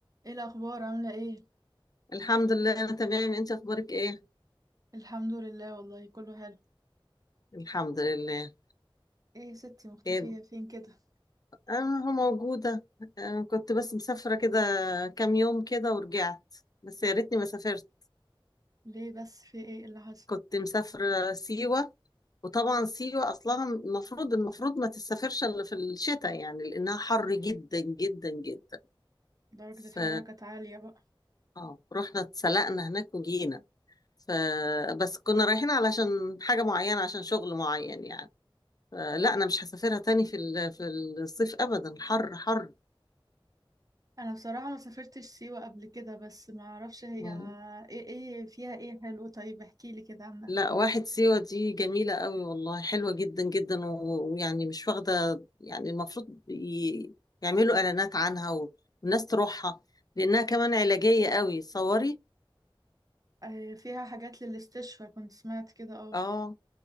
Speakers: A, on the right; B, on the left.
A: ايه الاخبار عامله ايه
B: الحمد لله انا تمام انت اخبارك ايه
A: الحمد لله والله كله حلو
B: الحمد لله
A: ايه يا ستي مختفيه
B: كده
A: فين كده
B: انا موجوده أه كنت بس مسافره كده كام يوم كده ورجعت بس يا ريتني ما سافرت
A: ليه بس في ايه اللي حصل
B: كنت مسافره سيوه وطبعا سيوه اصلها المفروض المفروض ما تسافرش الا في الشتاء يعني لانها حر جدا جدا جدا
A: درجه
B: ف
A: الحراره كانت عاليه بقى
B: اه رحنا اتسلقنا هناك وجينا فبس كنا رايحين علشان حاجه معينه عشان شغل معين يعني آه، لا انا مش هسافرها تاني في ال- في الصيف ابدا حر حر
A: انا بصراحه ما سافرتش سيوه قبل كده بس ما اعرفش هي
B: مم.
A: ايه ايه فيها ايه حلو طيب احكي لي كده عنها
B: لا واحد سيوة دي جميلة قوي والله حلوة جدا جدا و- ويعني مش واخدة يعني المفروض ي- يعملوا اعلانات عنها و- والناس تروحها لانها كمان علاجية قوي صوري
A: آه فيها حاجات للاستشفى كنت سمعت كده اه
B: اه